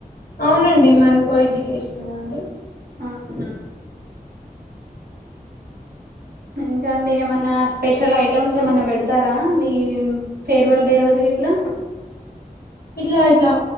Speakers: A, on the left; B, on the right.
A: అవునండి మాది కో ఎడ్యుకేషన్ అండి
B: ఆ అవునా ఇంకా అండి ఏమన్నా స్పెషల్ ఐటమ్స్ ఏమన్నా పెడతారా ఈ ఫేర్వెల్ డే రోజు చెట్లా
A: ఇట్లా ఇట్లా